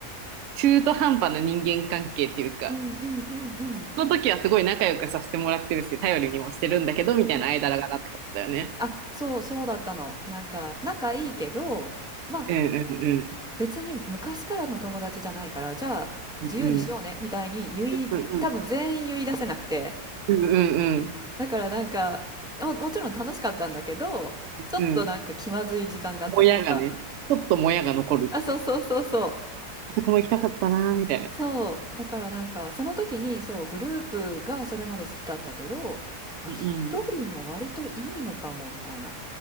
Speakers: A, on the right; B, in the centre.
A: 中途半端な人間関係っていうか、
B: う、うんうんうんうん。
A: その時はすごい仲良くさせてもらってるし、頼りにもしてるんだけど、みたいな間柄だってことだよね。
B: うん。あ、そうそうだったの。なんか、仲いいけど、まあ、
A: うんうんうん。
B: 別に昔からの友達じゃないから、じゃあ、自由にしようね、
A: うんうん。
B: みたいに言い、
A: うんうん
B: 多分全員言い出せなくて。
A: うん。
B: だからなんか、も、もちろん楽しかったんだけど、ちょっとなんか気まずい時間があったりとか。
A: うん。もやがね、ちょっともやが残る。
B: あ、そうそうそうそう。
A: あそこも行きたかったな、みたいな。
B: そう。だからなんか、その時に、そう、グループがそれまで好きだったけど、あ、
A: うんうん。
B: 一人も割といいのかも、みたいな、っ